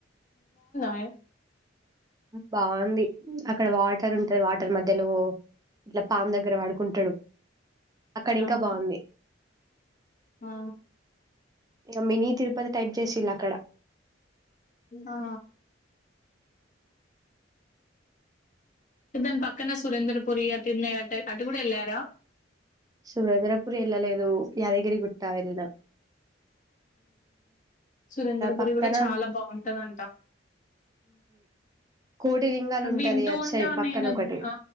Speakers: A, on the left; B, on the right.
A: అ
B: బాగుంది అక్కడ వాటర్ ఉంటది వాటర్ మధ్యలో ఇట్లా పామ్ దగ్గర వాడుకుంటాడు అక్కడి
A: అవును
B: ఇంకా బాగుంది
A: ఆ
B: ఇక మినీ తిరుపతి టైప్ చేసిలా అక్కడ
A: ఆ దాని పక్కన సురేంద్రపురి అ తిమయ అటు అటు కూడా వెళ్ళారా
B: సురద్రపుూర్ వెళ్ళలేదు యాదగిరి గుట్ట వెళ్దా
A: సురేంద్ర పొరి
B: పక్కన
A: కూడా చాలా బాగుంటందంట
B: కోటి లింగాలు ఉంటది
A: వింటూ
B: అటు
A: ఉంటాం
B: సైడ్ పక్కన
A: నేను
B: ఒకటి
A: ఆ